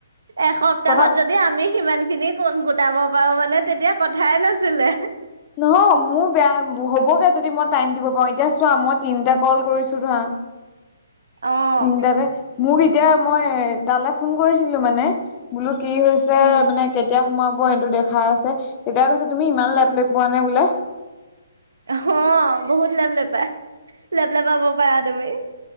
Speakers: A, on the right (about 85°); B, on the left (about 25°).
A: এসপ্তাহত
B: তথা
A: যদি আমি সিমান খিনি গোটাব পাৰো মানে তেতিয়া কথাই নাছিলে
B: নহয় মোৰ বেয়া হ'বগে যদি মই টাইম দিব পাৰো এতিয়া চোৱা মই তিনিটা কল কৰিছো ধৰা
A: অ'।
B: তিনিটাতে মোক এতিয়া মই তালৈ ফোন কৰিছিলো মানে বোলোত কি হৈছে
A: উম,
B: মানে কেতিয়া সোমাব এইটো দেখাই আছে তেতিয়া কৈছে তুমি ইমান লেট ল পোৱা নে বোলে
A: অ বহুত লেভ ল পাই লেভ লাপাব পাৰা তুমি